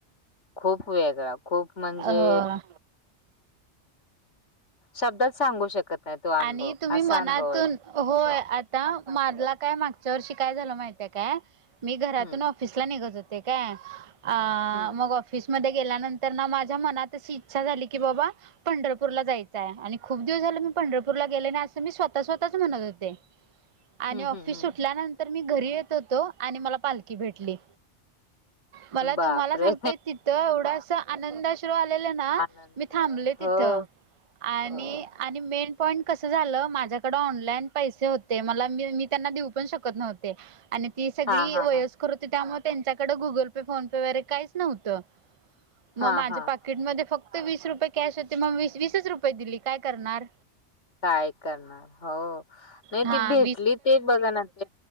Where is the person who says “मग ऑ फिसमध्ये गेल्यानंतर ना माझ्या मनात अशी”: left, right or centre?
Right